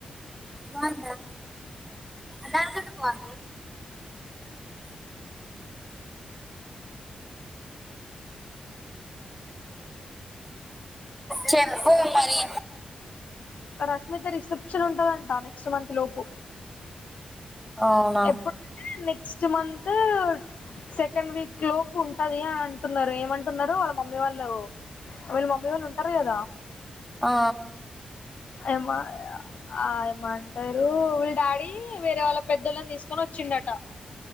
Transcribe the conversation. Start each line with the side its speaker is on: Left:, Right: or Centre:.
Centre: బావుందా దానికంటే బావుంది చెప్పు <unintelligible> మరి
Left: రష్మిత రిసెప్షన్ ఉంటదంట నెక్స్ట్ మంత్ లోపు
Centre: అవునా
Left: ఎప్పుడంటే నెక్స్ట్ మంత్ సెకండ్ వీక్ లోపు ఉంటది అని అంటున్నారు ఏమంటున్నారు వాళ్ళ మమ్మీ వాళ్ళు వాళ్ళు మమ్మీ వాళ్ళు ఉంటారు కదా
Centre: ఆ
Left: ఏమ ఆ ఏమ అంటారు వీళ్ల డాడీ వేరే వాళ్ళ పెద్దోళ్ళని తీసుకొని వ వచ్చిండట